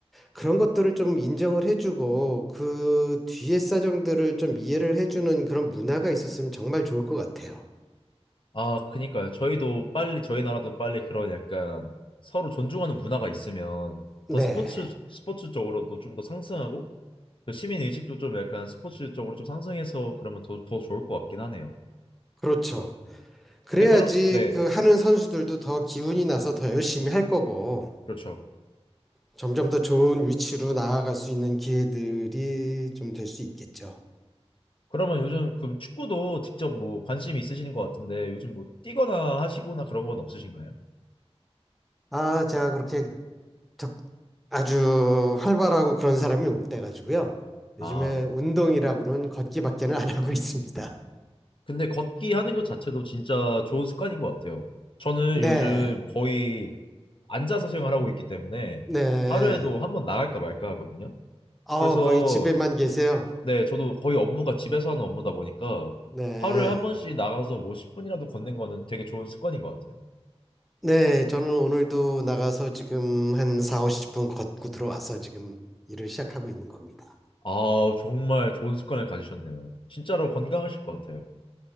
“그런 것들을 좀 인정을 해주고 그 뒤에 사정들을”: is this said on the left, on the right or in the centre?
Centre